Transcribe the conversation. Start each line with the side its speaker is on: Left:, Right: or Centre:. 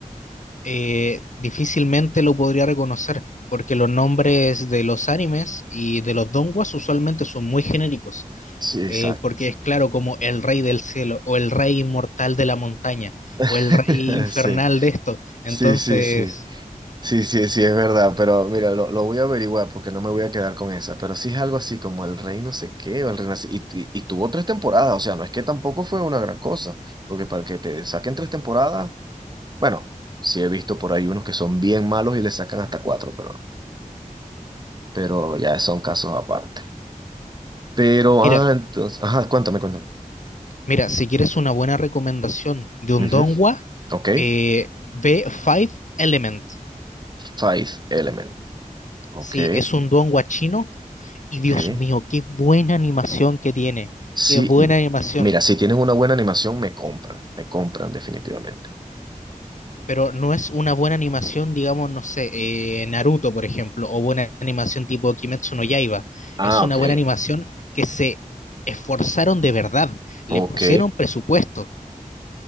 Left: eh, difícilmente lo podría reconocer porque los nombres de los animes y de los donguas usualmente son muy genéricos.
Right: Sí, exacto.
Left: eh, porque es claro como el rey del cielo, o el rey inmortal de la montaña,
Right: <laughs>
Left: o el rey infernal
Right: Sí,
Left: de esto. Entonces,
Right: sí, sí. sí. Sí, sí, sí, es verdad, pero mira, lo, lo voy a averiguar porque no me voy a quedar con esa, pero sí es algo así como el rey no sé qué, o el rey no sé- y, y, y tuvo tres temporadas, o sea, no es que tampoco fue una gran cosa, porque para que te saquen tres temporadas, bueno, sí he visto por ahí unos que son bien malos y le sacan hasta cuatro, pero, pero ya son casos aparte. Pero,
Left: mira,
Right: ah, entonces, ajá, cuéntame, cuéntame.
Left: mira, si quieres una buena recomendación de un
Right: Ujú,
Left: donghua,
Right: Ok,
Left: eh, ve Five Element.
Right: Five Element, ok,
Left: Sí, es un donghua chino, y Dios
Right: ok.
Left: mío, qué buena animación que tiene,
Right: Sí,
Left: qué buena
Right: m-
Left: animación.
Right: mira, si tienes una buena animación, me compran, me compran definitivamente.
Left: pero no es una buena animación, digamos, no sé, eh, Naruto, por ejemplo, o buena animación tipo Kimetsu no Yaiba.
Right: Ah,
Left: Es una
Right: ok.
Left: buena animación que se esforzaron de verdad, le
Right: Ok.
Left: pusieron presupuesto.